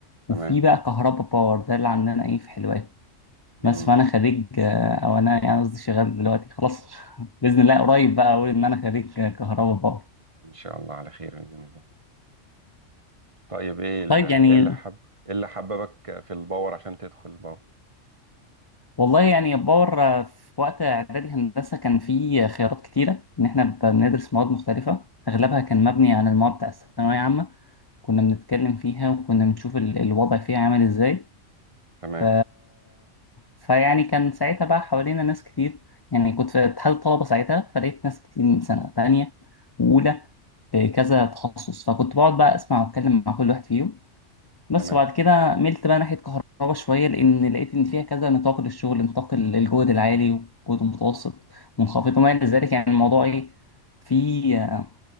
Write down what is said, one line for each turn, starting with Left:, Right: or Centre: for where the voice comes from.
Left: وفي
Right: تمام
Left: بقى كهرباء باور ده اللي عندنا ايه في حلوان
Right: جميل
Left: بس فأنا خريج آه، أو أنا يعني قصدي شغال دلوقتي خلاص <laughs> بإذن الله قريب بقى أقول إن أنا خريج آه، كهرباء باور
Right: ان شاء الله على خير باذن الله طيب ايه ال-
Left: طيب
Right: ايه
Left: يعني
Right: اللي حب ايه اللي حببك في الباور عشان تدخل الباور
Left: والله يعني باور آه، في وقت إعدادي هندسة كان في خيارات كتيرة إن إحنا بندرس مواد مختلفة أغلبها كان مبني على المواد بتاع الثانوية عامة كنا بنتكلم فيها وكنا بنشوف ال- الوضع فيها عامل ازاي
Right: تمام
Left: ف... فيعني كان ساعتها بقى حوالينا ناس كتير يعني كنت في اتحاد الطلبة ساعتها فلقيت ناس كتير من سنة تانية وأولى في كذا تخصص فكنت بقعد بقى أسمع وأتكلم مع كل واحد فيهم بس
Right: تمام
Left: وبعد كده ملت بقى ناحية كهرباء شوية لأن لقيت إن فيها كذا نطاق للشغل نطاق ال- الجهد العالي والجهد المتوسط منخفض وما إلى ذلك يعني الموضوع إيه فيه آه،